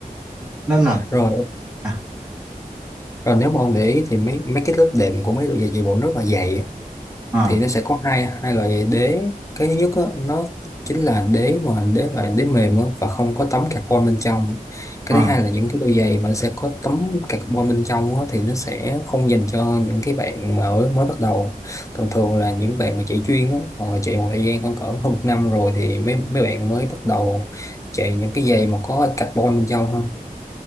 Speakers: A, in the centre; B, on the left (about 20°).
A: nó là...
B: rồi
A: À,
B: rồi nếu mà ông để ý thì mấy mấy cái lớp đệm của mấy đôi giày chạy bộ rất là dày
A: à,
B: thì nó sẽ có hai hai loại đế cái thứ nhất á, nó chính là đế mà đế loại đế mềm á, và không có tấm carbon bên trong cái
A: à.
B: thứ hai là những cái đôi giày mà nó sẽ có tấm carbon bên trong á, thì nó sẽ không dành cho những cái bạn mà ở mới bắt đầu thường thường là những bạn mà chạy chuyên á, hoặc là chạy một thời gian khoảng cỡ hơn một năm rồi thì mấy mấy bạn mới bắt đầu chạy những cái giày mà có carbon bên trong ha